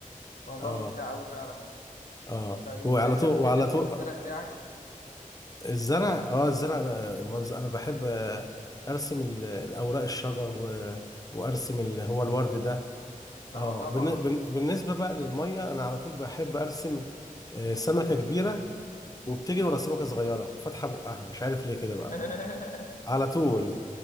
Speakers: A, on the left; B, on the left.
A: موضوع
B: آه
A: ممتع أوي فعلا
B: آه
A: طيب
B: وعلى
A: جربت
B: طول وعلى
A: ترسم
B: طول
A: الزرع بتاعك؟
B: الزرع اه الزرع انا منظر انا بحب آه، ارسم ال- الاوراق الشجر و... وارسم
A: مم.
B: اللي هو الورد ده
A: اه
B: اه
A: طبعا
B: بالن- بالن- بالنسبه بقى للميه انا على طول بحب ارسم آه، سمكه كبيره وبتجري
A: اه
B: ورا سمكه صغيره وفاتحه بقها مش عارف ليه كده بقى
A: <laughs>
B: على طول